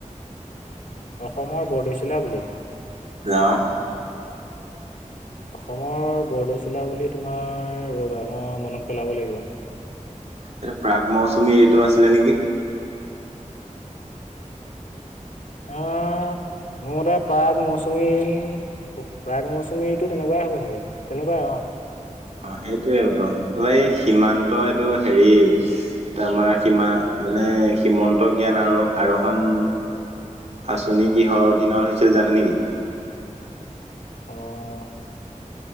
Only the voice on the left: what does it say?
অসমৰ বৰদৈচিলা বুলি?
অসমৰ বৰদৈচিলা বুলি তোমাৰ ৰবা মই মনত পেলাব লাগিব।
অহ, মোৰ মতে প্ৰাগ মৌচুমী? প্ৰাগ মৌচুমীটো তেনেকুৱাই হ'ব চাগে তেনেকুৱাই অ',।
অ',।